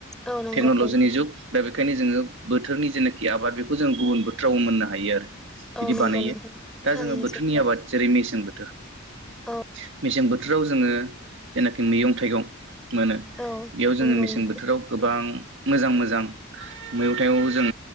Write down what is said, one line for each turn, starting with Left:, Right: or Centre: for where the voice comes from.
Centre: औ नंगौ
Right: टेक्न'लजिनि
Centre: नोंथां
Right: जुग दा बेखायनो जोङो बोथोरनि जेनाखि आबाद बेखौ जों गुबुन बोथोराव मोननो हायो आरो
Centre: औ
Right: बिदि
Centre: नंगौ
Right: बानायो
Centre: नोंथां
Right: दा
Centre: थारैनो
Right: जोङो बोथोरनि
Centre: सैथो
Right: आबाद जेरै मेसें बो
Centre: औ
Right: <unintelligible> मिसें बोथ थोराव जोङो जेनाखि मैगं थाइगं मोनो
Centre: औ
Right: जों
Centre: नंगौ
Right: मेसें
Centre: नोंथां
Right: बोथोराव गोबां बां मोजां मोजां मैगं थाइगंखौ जों